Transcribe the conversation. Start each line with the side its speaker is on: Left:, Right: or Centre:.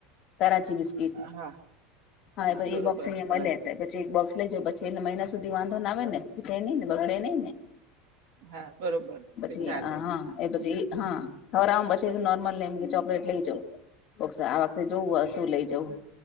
Left: કરાચી બિસ્કીટ
Right: હા
Left: હા એ
Right: બરોબર
Left: બોક્સ અહીંયા
Right: બરાબર.
Left: મળે હતા પછી એક બોક્સ લઈ જા પછી એલે મહિના સુધી વાંધો ના આવે ને ફી નહી ને બગડે નઈ ને
Right: હા બરોબર
Left: પછી
Right: એ ચાલે.
Left: આહા એ પછી હા ખબર આમ પછી નોર્મલ લઈમ કે ચોકલેટ લઈ જાય <unintelligible> આ વખતે જોવું શું લઈ જવું